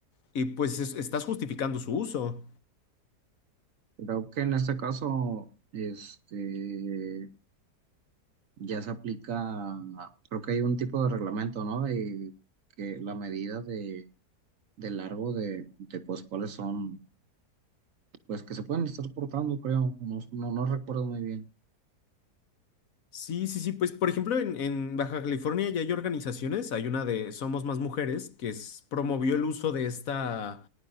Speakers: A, on the left (about 60°); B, on the right (about 60°).
A: y pues es- estás justificando su uso.
B: Creo que en este caso, este, ya se aplica, creo que hay un tipo de reglamento, ¿no? De que la medida de, de largo de, de, pues, cuáles son, pues, que se pueden estar cortando, creo, no, no, no recuerdo muy bien.
A: Sí, sí, sí, pues por ejemplo en, en Baja California ya hay organizaciones, hay una de Somos Más Mujeres que es- promovió el uso de esta,